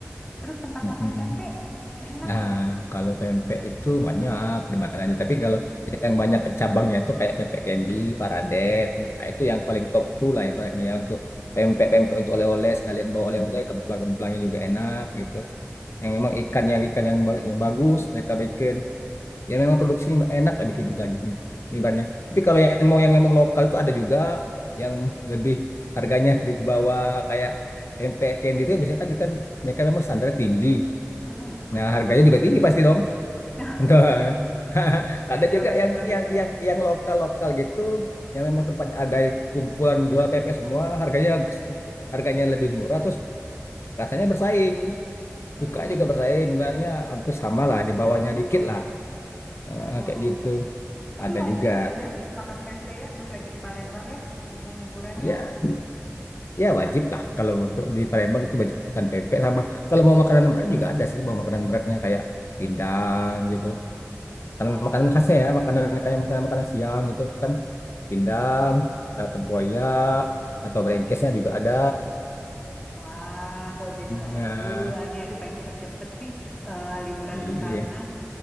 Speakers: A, on the left (about 15°); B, on the left (about 60°).
A: Terus tempat
B: Mm-mm.
A: makan pempek yang enak
B: Nah,
A: di mana?
B: kalau pempek itu banyak demandannya. Tapi kalau yang banyak cabangnya itu kayak pempek candy, Paradet, nah, itu yang paling top tuh lah ibaratnya ya, untuk pempek-pempek untuk oleh-oleh sekalian bawa oleh-oleh, kemplang-kemplangnya juga enak gitu. Yang memang ikan yang ikan yang ba- yang bagus mereka bikin. ya memang produksi enak ada kayak gitu lagi ibaratnya tapi kalau yang mau yang memang lokal itu ada juga yang lebih harganya di bawah kayak tempe candy itu kan biasanya kan, kan mereka memang standar tinggi
A: Mm-mm.
B: nah harganya juga tinggi pasti dong
A: <laughs>
B: Entah. <laughs> ada
A: Ya
B: juga
A: bener
B: yang yang
A: juga.
B: yang yang lokal lokal gitu yang memang tempatnya ada kumpulan jual pepes semua harganya harganya lebih murah terus rasanya bersaing
A: Hmm,
B: suka juga bersaing misalnya hampir sama lah di bawahnya dikit lah Eh,
A: oh,
B: kayak gitu
A: oke. Tapi
B: ada
A: wajib
B: juga
A: lah ya makan pempek ya pas lagi di Palembang ya, mumpung liburan
B: Ya,
A: ya.
B: ya wajib lah kalau untuk di Palembang itu wajib makan pempek sama kalau mau makanan berat juga ada sih mau makanan beratnya kayak pindang gitu. Karena
A: Oke.
B: makanan khasnya ya, makanan kayak makanan makanan siang gitu kan pindang, atau tempoyak atau brengkesnya juga ada.
A: Wah, kok jadi lapar
B: Nah,
A: duluan ya. Aduh, pengen cepet-cepet sih eh, liburan
B: iya.
A: ke sana.